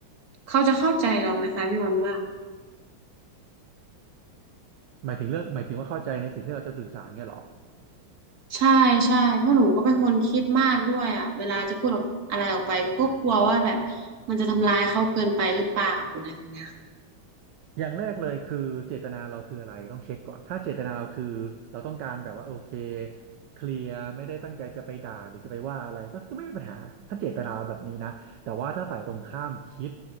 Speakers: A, on the right; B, on the right.
A: เขาจะเข้าใจเราไหมคะพี่บอลว่า
B: หมายถึงเรื่องหมายถึงว่าเข้าใจในสิ่งที่เราจะสื่อสารเงี้ยเหรอ
A: ใช่ใช่เพราะหนูก็เป็นคนคิดมากด้วยอ่ะเวลาจะพูดออกอะไรออกไปก็กลัวว่าแบบมันจะทำร้ายเขาเกินไปหรือเปล่าอะไรแบบเนี้ย
B: อย่างแรกเลยคือเจตนาเราคืออะไรต้องเช็คก่อนถ้าเจตนาเราคือเราต้องการแบบว่าโอเคเคลียร์ไม่ได้ตั้งใจจะไปด่าหรือจะไปว่าอะไรก็คือไม่มีปัญหาถ้าเจตนาเราแบบนี้นะแต่ว่าถ้าฝ่ายตรงข้ามคิด